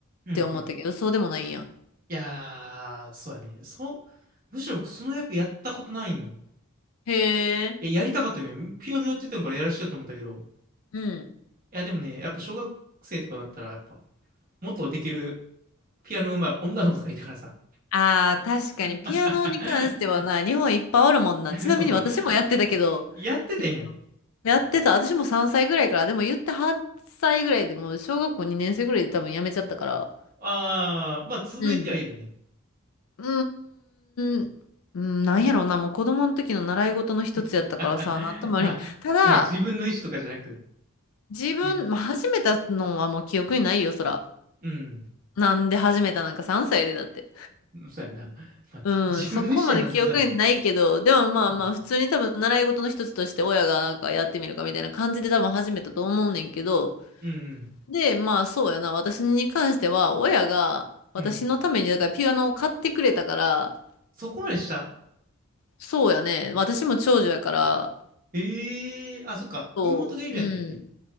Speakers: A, on the right; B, on the left.
A: うんうん。
B: て思ったけど、そうでもないんや。
A: いやー、そうやね。そう、むしろ僕その役やったことないんよ。
B: へえ。
A: いや、やりたかったけど、ピアノやってたんからやらしようと思ったけど、
B: うん。
A: いや、でもね、やっぱ小学生とかだったら、やっぱ、もっとできるピアノ上手い女の子とかいたからさ。
B: ああ、確かに、
A: <laughs>
B: ピアノに関してはな、日本いっぱいあるもんな。ちなみに私もやってたけど、
A: そうそう。やっててんや。
B: ピアノ。やってた。私も3歳ぐらいから、でも言って8歳ぐらいでもう小学校2年生ぐらいで多分やめちゃったから。
A: ああ、まあ続いてはいるね。
B: うん。うーん。うん、なんやろうな、もう子供の時の習い事の一つやったからさ、
A: <laughs>
B: なんともあれん。
A: まあ、
B: ただ、
A: なんか自分の意思とかじゃなく、
B: 自分、
A: ね。
B: まあ、始めたのはもう記憶にないよ、そら。
A: うん。
B: なんで始めたなんか3歳でだって。
A: そうやな。まあ、
B: うん、
A: 自分の意思じゃなさそうやな。
B: そこまで記憶にないけど、でもまあまあ、
A: うん。
B: 普通に多分習い事の一つとして親がなんかやってみるかみたいな感じで多分始めたと思うねんけど、
A: うん
B: で、まあそうやな、私に関しては親が私のためにだからピアノを買ってくれたから、
A: うん。うん。そこまでした
B: そうやね、私も長女やから、
A: ええー、あ、そっか。
B: そう、
A: 妹がいるんやったっけ
B: うん。